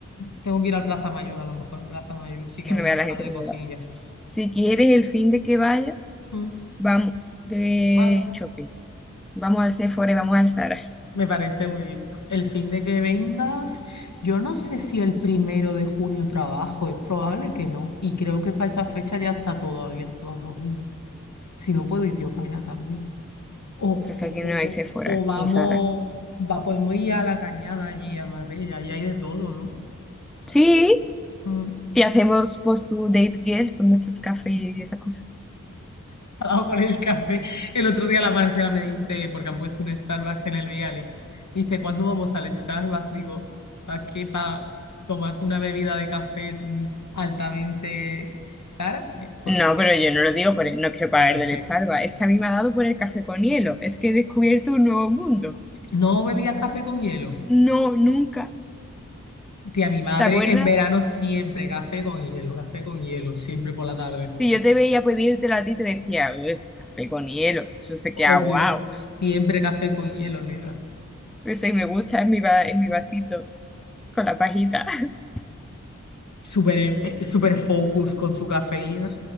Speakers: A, on the left; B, in the centre.
A: Tengo que ir al Plaza Mayor, a lo mejor en Plaza Mayor sí
B: Que
A: que había
B: no vea
A: un
B: la
A: par
B: gente
A: de
B: que me
A: cosillas.
B: lo da. Si quieres el fin de que vaya,
A: Mm,
B: vamos de
A: vale,
B: shopping. Vamos al Sephora y vamos al Zara.
A: me parece muy bien. El fin de que vengas, yo no sé si el primero de junio trabajo, es probable que no. Y creo que para esa fecha ya está todo abierto los domingos. Si no, puedo ir yo para allá también. O,
B: Pero es que
A: o,
B: aquí no hay
A: o, o-
B: Sephora
A: o vamos,
B: ni Zara.
A: va, podemos ir a la cañada allí, a Marbella, y hay de todo,
B: Sí,
A: ¿no?
B: Y hacemos post to date girl con nuestros cafés y esa cosa.
A: <laughs> dado con el café. El otro día la Marcela me dice, porque han puesto un Starbucks en el Vialia, dice, ¿cuándo vamos al Starbucks? Digo, ¿para qué? ¿Para tomarte una bebida de café mm, altamente cara? Eh, Porque
B: No,
A: es que,
B: pero yo no lo digo porque no quiero pagar
A: ya lo sé.
B: del Starbucks. Es que a mí me ha dado por el café con hielo. Es que he descubierto un nuevo mundo.
A: No bebías café con hielo.
B: No, nunca.
A: Tía, mi madre
B: ¿Te acuerdas?
A: en verano siempre café con hielo, café con hielo, siempre por la tarde.
B: Si yo te veía pedírtelo a ti, te decía, "Uy, café con hielo. Eso se
A: Obvio,
B: queda guau.
A: siempre café con hielo, nena.
B: Ese me gusta en mi, va- en mi vasito, con la pajita. <laughs>
A: Súper, eh, súper focus con su cafeína.